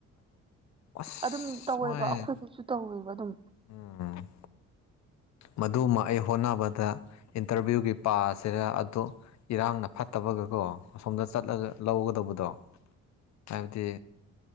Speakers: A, on the left (about 65°); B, on the right (about 20°).
A: ꯑꯁ
B: ꯑꯗꯨꯝ ꯇꯧꯋꯦꯕ
A: ꯍꯣꯏ
B: ꯑꯩꯈꯣꯏꯗꯁꯨ ꯇꯧꯋꯦꯕ ꯑꯗꯨꯝ꯫
A: ꯎꯝ꯫ ꯃꯗꯨꯃ ꯑꯩ ꯍꯣꯠꯅꯕꯗ ꯏꯟꯇꯔꯚꯤꯌꯨꯒꯤ ꯄꯁꯤꯔ ꯑꯗꯨ ꯏꯔꯥꯡꯅ ꯐꯠꯇꯕꯒꯀꯣ ꯑꯁꯣꯝꯗ ꯆꯠꯂꯒ ꯂꯧꯒꯗꯧꯕꯗꯣ ꯍꯥꯏꯕꯗꯤ